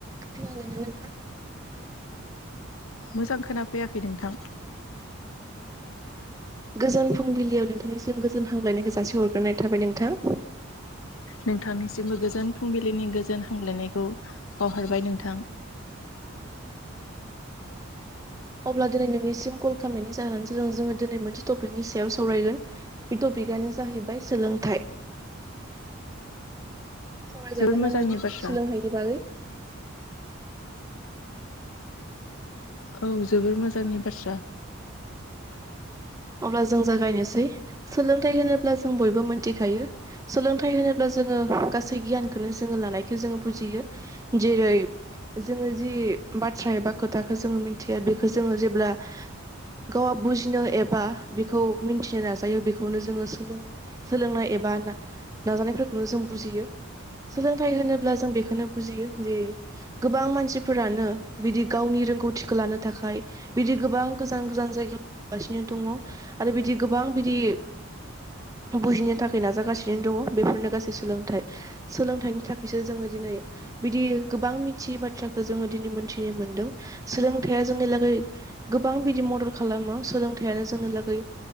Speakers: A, on the right; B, on the left.
A: खोनादों ना नोंथां
B: मोजां खोनाफैयाखै नोंथां
A: गोजोन फुंबिलियाव नोंथांनिसिम गोजोन हामलायनायखौ जासि हरग्रोनाय थाबाय नोंथां
B: नोंथांनिसिमबो गोजोन फुंबिलिनि गोजोन हामग्लायनायखौ बावहरबाय नोंथां
A: अब्ला दिनै नोंनिसिम कल खालामनायनि जाहोनानो जादों जोङो दिनै मोनसे टपिकनि सायाव सावरायगोन बे टपिकआनो जाहैबाय सोलोंथाइ सावरायजागोन
B: जोबोर मोजांनि
A: ना नोंथां
B: बाथ्रा
A: सोलोंथाइनि बागै
B: औ जोबोर मोजांनि बाथ्रा
A: अब्ला जों जागायनोसै सोलोंथाइ होनोब्ला जों बयबो मिथिखायो सोलोंथाइ होनोब्ला जोङो गासै गियानखौनो जोङो लानायखौ जोङो बुजियो जेरै जोङो जि बाथ्रा एबा खोथाखौ जोङो मिथिया बेखौ जोङो जेब्ला गावआ बुजिनो एबा बेखौ मिथिनो नाजायो बेखौनो जोङो सोलों सोलोंनाय एबा नाजानायफोरखौनो जों बुजियो सोलोंथाइ होनोब्ला जों बेखौनो बुजियो जे गोबां मानसिफोरानो बिदि गावनि रोंगौथिखौ लानो थाखाय बिदि गोबां गोजान गोजान जायगायाव थांगासिनो दङ आरो बिदि गोबां बिदि बुजिनो थाखाय नाजागासिनो दङ बेफोरनो गासै सोलोंथाइ सोलोंथाइनि थाखायसो जोङो दिनै बिदि गोबां मिथियै बाथ्राखौ जोङो दिनै मोनथिनो मोनदों सोलोंथाइया जोंनि लागै गोबां बिदि मदद खालामो सोलोंथाइयानो जोंनि लागै